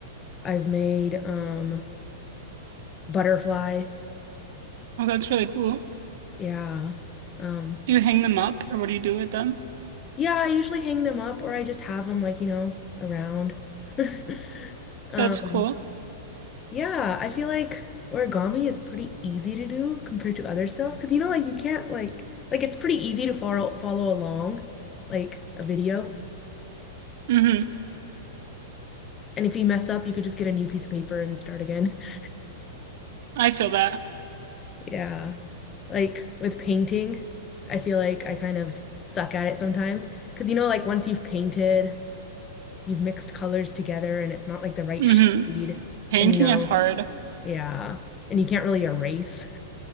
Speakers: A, on the left (about 20°); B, on the right (about 60°).
A: I've made um butterfly.
B: Oh, that's really cool.
A: Yeah. Um,
B: Do you hang them up or what do you do with them?
A: yeah, I usually hang them up or I just have them like, you know, around. <laughs> Um,
B: That's cool.
A: yeah, I feel like origami is pretty easy to do compared to other stuff because you know, like you can't like like it's pretty easy to follow follow along like a video.
B: Mm-hmm.
A: And if you mess up, you could just get a new piece of paper and start again. <laughs>
B: I feel that.
A: Yeah. Like with painting, I feel like I kind of suck at it sometimes because you know, like once you've painted you've mixed colors together and it's not like the right
B: Mm-hmm.
A: shade.
B: Painting
A: And you know,
B: is hard.
A: yeah. And you can't really erase,